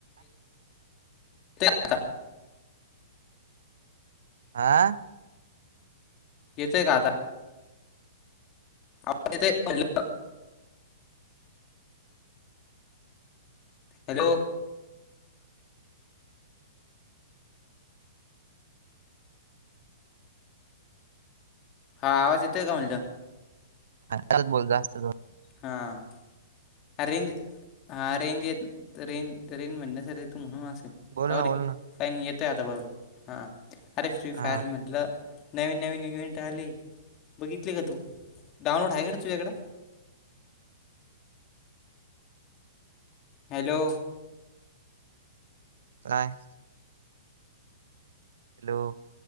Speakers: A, on the left; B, on the right.
A: येतोय का आता
B: आह.
A: यचंय का आता. आप. <unintelligible> हॅलो. हा आवाज येतोय का म्हणलं
B: च बोलत जात.
A: हा. अरेंज हा रेंज येत रेंज तर रेंज म्हणण्यासाठी तू म्हणून असेल
B: बोल
A: राऊ
B: ना
A: र
B: बोल ना
A: काही येतय आता बरोबर हा अरे फ्री
B: हा
A: फायरमधलं नवीन नवीन इव्हेंट आले बघितले का तू डाउनलोड आहे का तुझ्याकडं. हॅलो.
B: नाय. हॅलो.